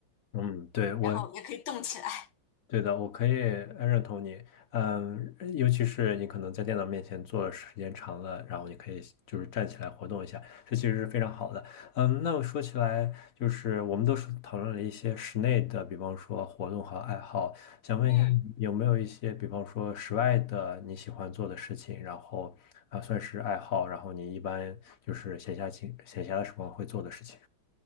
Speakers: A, on the left; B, on the left.
A: 嗯，对，我。
B: 然后也可以动起来。
A: 对的，我可以呃认同你，嗯，尤其是你可能在电脑面前坐的时间长了，然后你可以就是站起来活动一下，这其实是非常好的。嗯，那我说起来，就是我们都是讨论了一些室内的，比方说活动和爱好，想问一下你有没有一些，
B: 嗯，
A: 比方说室外的你喜欢做的事情，然后啊算是爱好，然后你一般就是闲暇情闲暇的时光会做的事情。